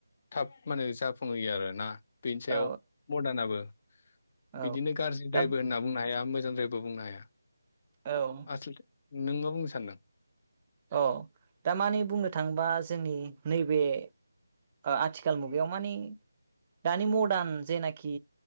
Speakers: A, on the left (about 35°); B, on the right (about 20°).
A: थाब मानो जाब फुंहोयो आरोना। बेनि सायाव
B: औ
A: मरदानाबो
B: औ
A: बिदिनो गाज्रिद्रायबो
B: दा
A: होनना बुंनोहाया मो जों जेबो बुंनो हाया।
B: औ
A: आसलथे नों मा बुंनो सान्दों।
B: अह दा माने बुंनो थाङोबा जोंनि नैबे ओ आथिखाल मुगायाव मानि दानि मरदान जेनाखि